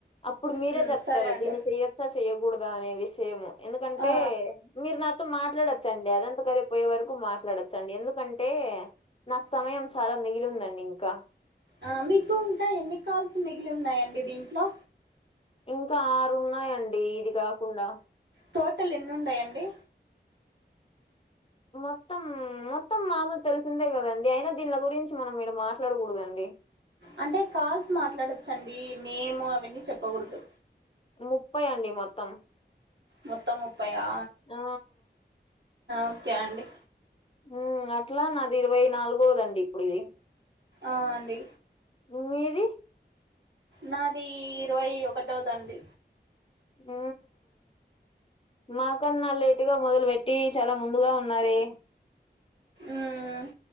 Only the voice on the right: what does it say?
మ్మ్
సరే అండి
ఆ
ఆ మీకు ఇంకా ఎన్ని కాల్స్ మిగిలి ఉన్నాయండి దీంట్లో
టోటల్ ఎన్ని ఉన్నాయండి.
అంటే కాల్స్ మాట్లాడచ్చండి నేము అవన్నీ చెప్పకూడదు.
మొత్తం ముప్పయా
ఓకే అండి
ఆ అండి
నాది ఇరవై ఒకటోదండి
ఉమ్